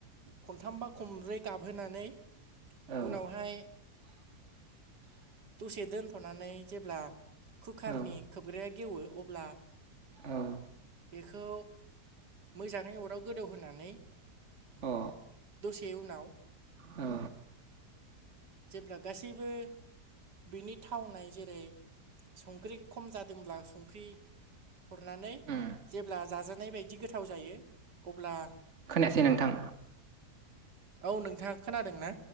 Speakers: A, on the right (about 85°); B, on the right (about 45°).
A: खनथामबा खनब्रै गाबहोनानै
B: औ
A: उनावहाय
B: <inaudible>
A: दसे दोनथ'नानै जेब्ला कुकारनि
B: औ
A: खोबग्राया गेवो अब्ला
B: औ अ
A: बेखौ मोजांङै अराव गोदौहोनानै
B: औ
A: दसे उनाव
B: अ
A: जेब्ला गासैबो बिनि थावनाय जेरै संख्रि खम जादोंब्ला संख्रि हरनानै
B: उम
A: जेब्ला जाजानाय बायदि गोथाव जायो अब्ला
B: खोनायासै नोंथां।
A: औ नोंथांङा खोनादों ना